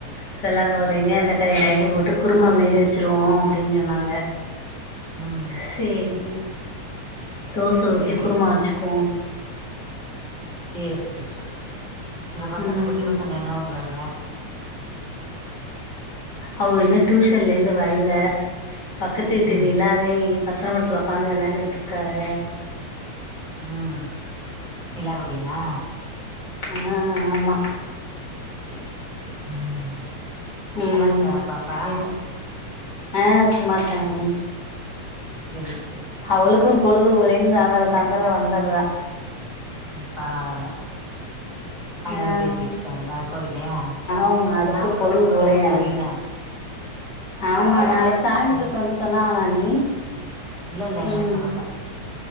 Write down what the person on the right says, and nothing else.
ம்
சேரி
சேரி சேரி உங்க பசங்க
குட்டி பசங்க என்ன பண்றாங்க
ம்
ம் நிலா குட்டியா
சேரி சேரி ம்
நல்லா இருக்கா பாப்பா
<inaudible>
பரவால அவங்க
வந்து பேசிக்கிட்டு இருக்காங்களா கோயில்யா
நாளை கூட
முப்பத
ஆச்சு ஆம்ல
ம்
இல்ல- இல்ல எங்களுக்கு
சொல்லல